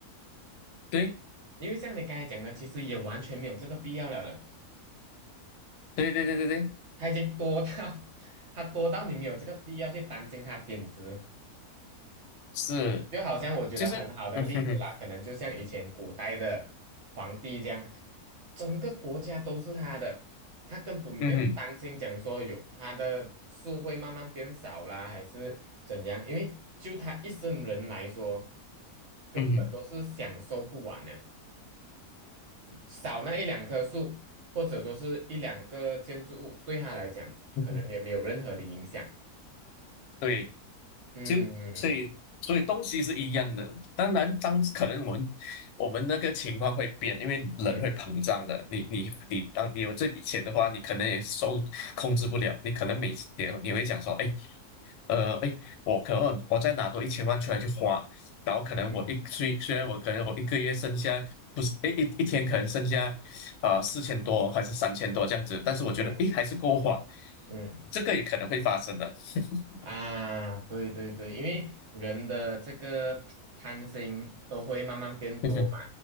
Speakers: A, on the left; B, on the right.
A: 对。
B: 因为像你刚才讲的，其实也完全没有这个必要了的。
A: 对对对对对，
B: 它已经多到 <laughs> 它多到你没有这个必要去担心它贬值。
A: 是，
B: 就好像我觉得很好的例子啦，
A: 就是，嗯哼哼，
B: 可能就像以前古代的皇帝这样，整个国家都是他的，他根本不用担心讲说有他的树会慢慢变少啦，
A: 嗯哼，
B: 还是怎样，因为就他一生人来说，根本都是享受不完的。
A: 嗯哼，
B: 少那一两棵树，或者说是一两个建筑物，对他来讲可能也没有任何的影响。
A: 嗯哼对，
B: 嗯嗯
A: 就所以所以东西是一样的，当然当可能我们我们那个情况会变，因为人会膨胀的。
B: 嗯
A: 你你你，当你有这笔钱的话，你可能也收控制不了，你可能每次也你会讲说，哎。呃，哎，我可能我再拿多一千万出来去花，然后可能我一虽虽然我可能我一个月剩下不是哎一一天可能剩下呃四千多还是三千多这样子，
B: 嗯，
A: 但是我觉得哎还是够花，
B: 对，嗯
A: 这个也可能会发生的。<laughs>
B: 啊，对对对，因为人的这个贪心都会慢慢变多嘛，
A: 嗯哼